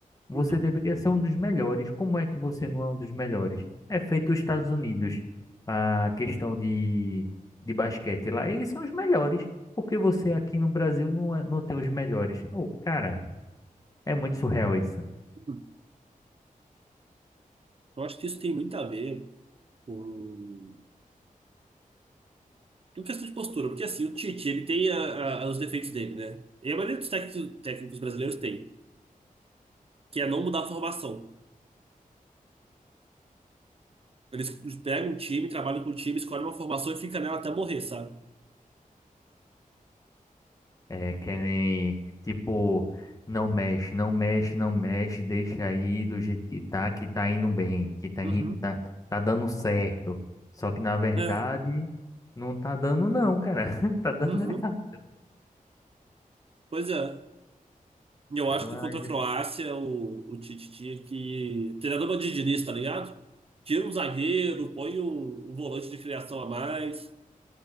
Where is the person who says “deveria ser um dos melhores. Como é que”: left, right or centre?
Left